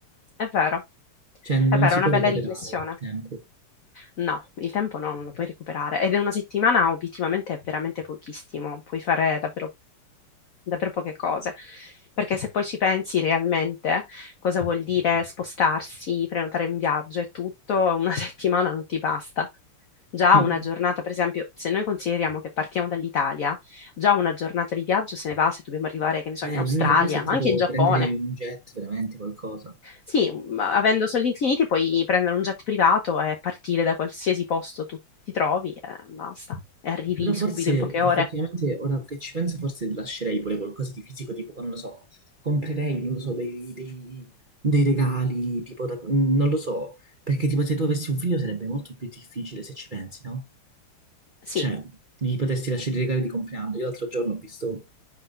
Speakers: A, on the left; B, on the right.
A: è vero,
B: Cioè non
A: è vero,
B: si
A: è una
B: può
A: bella
B: recuperare
A: riflessione.
B: il tempo.
A: No, il tempo no, non lo puoi recuperare. Ed è una settimana, obiettivamente, è veramente pochissimo. Puoi fare davvero, davvero poche cose. Perché se poi ci pensi realmente, cosa vuol dire spostarsi, prenotare un viaggio e tutto, una <laughs> settimana non ti basta. Già
B: Mm.
A: una giornata, per esempio, se noi consideriamo che partiamo dall'Italia, già una giornata di viaggio se ne va se dobbiamo arrivare, che ne so,
B: Eh,
A: in Australia,
B: l'unica cosa è
A: ma
B: tipo
A: anche in Giappone.
B: prendere un jet, veramente qualcosa.
A: Sì, ma avendo soldi infiniti puoi prendere un jet privato e partire da qualsiasi posto tu ti trovi e basta. E arrivi
B: Però forse
A: subito in poche
B: effettivamente,
A: ore.
B: ora che ci penso, forse lascerei pure qualcosa di fisico, tipo, che non lo so, comprerei, non lo so, dei, dei- dei regali, tipo, da- non lo so, perché tipo se tu avessi un figlio sarebbe molto più difficile se ci pensi, no?
A: Sì,
B: Cioè, gli potresti lasciare i regali di compleanno. Io l'altro giorno ho visto